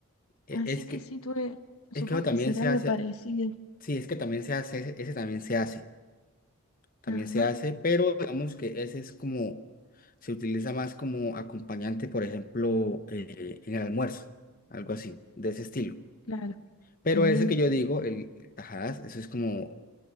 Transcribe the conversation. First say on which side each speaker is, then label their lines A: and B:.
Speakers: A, on the left; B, on the left.
A: E-
B: Así
A: Es que,
B: que sí, tuve, supongo
A: es que eso también
B: que será
A: se
B: algo
A: hace.
B: parecido.
A: Sí, es que también se hace. Ese, ese también se hace. también
B: Ajá,
A: se hace, pero digamos que ese es como, se utiliza más como acompañante, por ejemplo, eh, en el almuerzo, algo así, de ese estilo.
B: claro,
A: Pero
B: bien,
A: ese que yo digo, el tajadas, eso es como